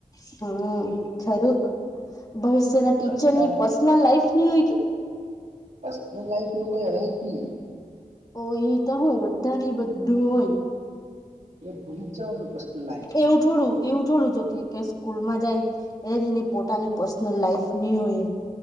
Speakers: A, on the left; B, on the right.
A: હમ ખરું ભવિષ્યના
B: એટલે
A: ટીચર
B: કંટાળા
A: ની પર્સનલ લાઈફ ની હોય કે
B: પર્સનલ લાઈફ એવું કઈ હ
A: ઓ એ તો હું બધાની બધું હોય
B: એ ભૂલી જવાનું વસ્ત લ
A: એવું થોડું એવું થોડું જો કે સ્કૂલ માં જાય એટલે તેની પોતાની પર્સનલ લાઈફ નની હોય એમ